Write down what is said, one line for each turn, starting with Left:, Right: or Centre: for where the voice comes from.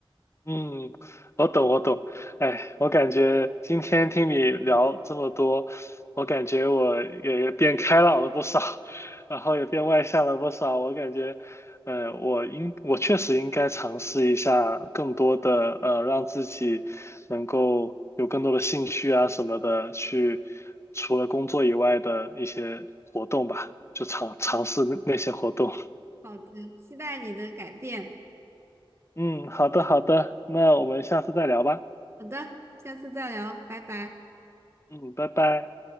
Left: 嗯，我懂，我懂。哎，我感觉今天听你聊这么多，我感觉我也变开朗了不少，然后也变外向了不少。我感觉，呃，我应我确实应该尝试一下更多的，呃，让自己能够有更多的兴趣啊什么的，去除了工作以外的一些活动吧，就尝尝试那那些活动。
Right: 好的，期待你的改变。
Left: 嗯，好的，好的，那我们下次再聊吧。
Right: 好的，下次再聊，拜拜。
Left: 嗯，拜拜。